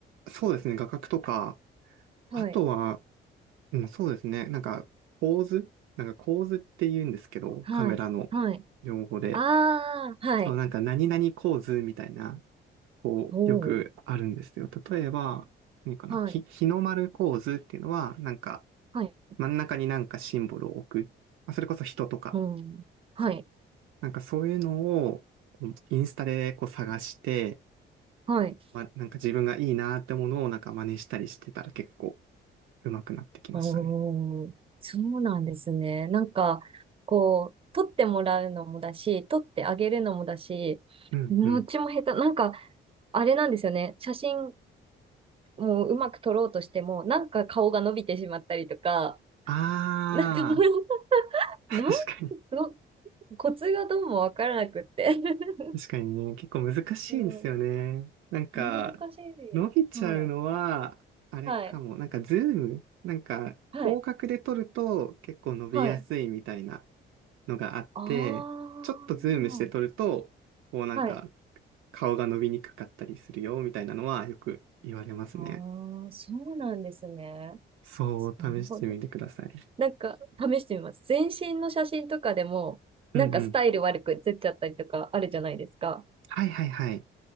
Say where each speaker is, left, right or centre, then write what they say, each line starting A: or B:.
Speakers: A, on the right; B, on the right.
A: そうですね、画角とか、あとは、
B: はい。
A: うん、そうですね、なんか構図、なんか構図って言うんですけど、
B: はい。
A: カメラの用語で。
B: はい。ああ、はい。
A: そう、なんか何々構図みたいな、こう、
B: おお。
A: よくあるんですよ。例えば、何かな、
B: はい。
A: ひ、日の丸構図っていうのは、なんか、
B: はい。
A: 真ん中になんかシンボルを置く。まあ、それこそ人とか、
B: うん。はい。
A: なんかそういうのを、こうインスタでこう探して、
B: はい。
A: まあ、なんか自分がいいなってものをなんか真似したりしてたら結構上手くなってきましたね。
B: おお。そうなんですね。なんか、こう、取ってもらうのもだし、取ってあげるのもだし、
A: うんうん。
B: どっちも下手。なんか、あれなんですよね。写真もううまく撮ろうとしても、なんか顔が伸びてしまったりとか、
A: あ
B: <laughs> なんか <laughs>
A: ー、
B: なん、
A: <laughs> 確かに。
B: どコツがどうもわからなくって <laughs>
A: 確かにね、結構難しいですよね。
B: うん、
A: なんか、
B: 難しい。
A: 伸びちゃうのは、
B: はい。
A: あれかも。
B: はい。
A: なんか、ズームなんか、
B: はい。
A: 広角で撮ると結構伸びやすいみたいな
B: はい。
A: のがあって、
B: ああ。
A: ちょっとズームして撮ると、こうなんか、
B: はい。
A: 顔が伸びにくかったりするよ、みたいなのはよく言われますね。
B: ああ、そうなんですね。
A: そう、
B: なるほど。
A: 試してみてください。
B: なんか、試してみます。全身の写真とかでも、なんかスタイル悪く写っちゃったりとかあるじゃないですか。
A: うんうん。はいはいはい。